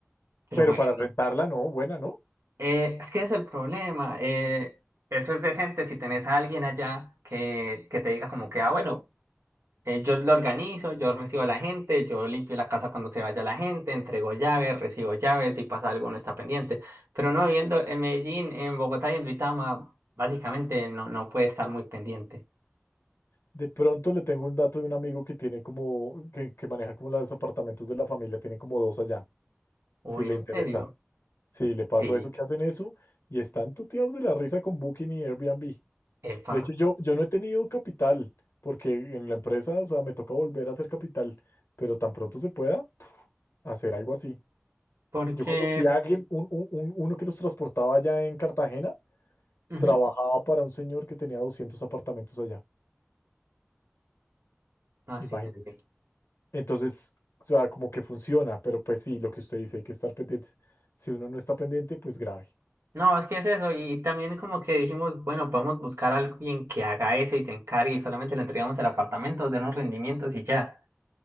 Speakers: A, on the right; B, on the left.
A: Pero
B: pero
A: bueno.
B: para rentarla, no, buena, ¿no?
A: Eh, es que ese es el problema. eh, eso es decente si tenés a alguien allá que, que te diga como que, ah, bueno, eh, yo lo organizo, yo recibo a la gente, yo limpio la casa cuando se vaya la gente, entrego llaves, recibo llaves, si pasa algo no está pendiente. Pero no, viendo en Medellín, en Bogotá y en Duitama, básicamente no, no puede estar muy pendiente.
B: De pronto le tengo un dato de un amigo que tiene como, que, que maneja como los apartamentos de la familia, tiene como dos allá,
A: Uy,
B: si le
A: ¿en
B: interesa.
A: serio?
B: Sí, le paso
A: Sí,
B: eso, que hacen eso y están tuteados de la risa con Booking y Airbnb.
A: epa,
B: De hecho, yo, yo no he tenido capital, porque en la empresa, o sea, me toca volver a hacer capital, pero tan pronto se pueda. hacer algo así.
A: porque...
B: Yo conocí a alguien, un- un- un- uno que nos transportaba allá en Cartagena,
A: ujú,
B: trabajaba para un señor que tenía 200 apartamentos allá,
A: Ah,
B: imagínense.
A: sí, dale.
B: Entonces, o sea, como que funciona, pero pues sí, lo que usted dice, hay que estar pendientes. Si uno no está pendiente, pues grave.
A: No, es que es eso. Y también como que dijimos, bueno, podemos buscar a alguien que haga eso y se encargue y solamente le entregamos el apartamento, denos rendimientos y ya.